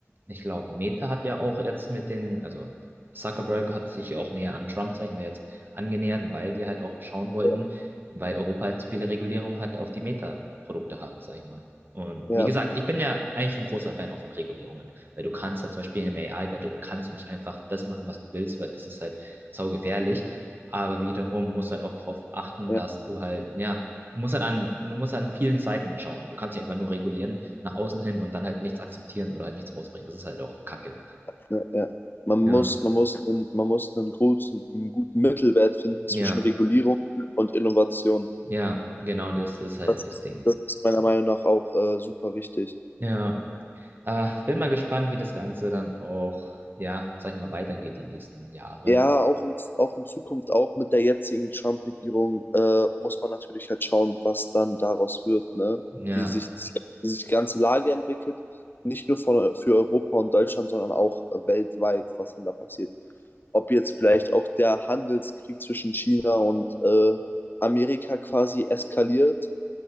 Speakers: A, on the right; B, on the left.
A: ich glaube, Meta hat ja auch jetzt mit den, also Zuckerberg hat sich ja auch näher an Trump, sag ich mal jetzt, angenähert, weil die halt auch schauen wollten,
B: Ja,
A: weil Europa halt zu viele Regulierungen hat, auf die Meta-Produkte hat, sag ich mal. Und
B: ja,
A: wie gesagt, ich bin ja eigentlich ein großer Fan auch von Regulierungen, weil du kannst halt zum Beispiel im AI-Battle kannst du nicht einfach das machen, was du willst, weil das ist halt saugefährlich. Aber wiederum musst du halt auch darauf achten,
B: ja,
A: dass du halt, ja, du musst halt an, du musst an vielen Seiten schauen. Du kannst nicht einfach nur regulieren, nach außen hin und dann halt nichts akzeptieren oder halt nichts rausbringen. Das ist halt auch Kacke.
B: ja, ja. Man
A: Ja,
B: muss, man muss, einen, man muss einen, großen, einen guten Mittelwert finden zwischen
A: ja,
B: Regulierung und Innovation.
A: ja, genau das ist halt
B: Das, ist-
A: das Ding.
B: das ist meiner Meinung nach auch äh, super wichtig.
A: Ja, aber bin mal gespannt, wie das Ganze dann auch, ja, sag ich mal, weitergeht die nächsten Jahre.
B: Ja, auch in, auch in Zukunft, auch mit der jetzigen Trump-Regierung, äh, muss man natürlich halt schauen, was dann daraus wird, ne?
A: Ja,
B: Wie sich, wie sich die ganze Lage entwickelt. Nicht nur von, für Europa und Deutschland, sondern auch äh, weltweit, was dann da passiert. Ob jetzt vielleicht auch der Handelskrieg zwischen China und äh, Amerika quasi eskaliert,